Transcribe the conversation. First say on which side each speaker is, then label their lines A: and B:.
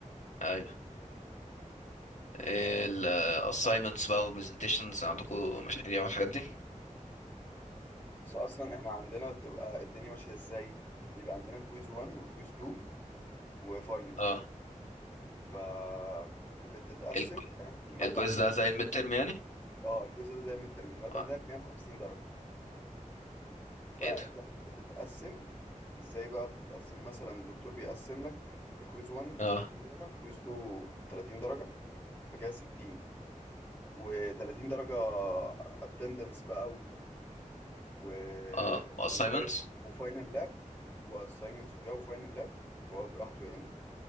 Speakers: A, on the left; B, on the left.
A: أيوه الاساينمنتس بقى وبرزنتيشنز عندكم مشاريع والحاجات دي
B: بس اصلا احنا عندنا بتبقى الدنيا ماشيه ازاي بيبقى عندنا كويز 1 وكويز 2 وفاينل
A: اه
B: ف بتتقسم
A: ال-
B: إحنا- الماده
A: الكويز
B: عندنا
A: ده زي الميد ترم يعني
B: اه الكويز ده زي الترم الماده
A: آه.
B: عندنا ب 150 درجه فانت
A: ايه ده
B: بتتقسم ازاي بقى بتتقسم مثلا الدكتور بيقسم لك كويز 1
A: اه
B: 30 درجه كويز 2 30 درجه فكده 60 و30 درجه اتندنس بقى و...
A: اه اساينمنتس
B: وفاي... وفاينل لاب واسايمنتس وكده وفاينل لاب هو براحته يعني